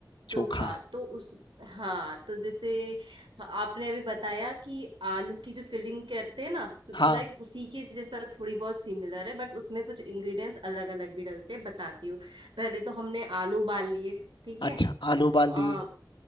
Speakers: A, on the right; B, on the left.
A: चोखा
B: चोखा
A: तो उस हाँ तो जैसे हाँ, आपने अभी बताया कि आलू की जो फिलिंग करते हैं ना तो
B: हाँ
A: लाइक उसी के जैसा थोड़ी बहुत सिमिलर है बट उसमें कुछ इंग्रेडिएंट्स अलग अलग भी डलते हैं बताती हूँ पहले तो हमने आलू उबाल लिए ठीक है
B: अच्छा आलू उबाल
A: आ,
B: दिए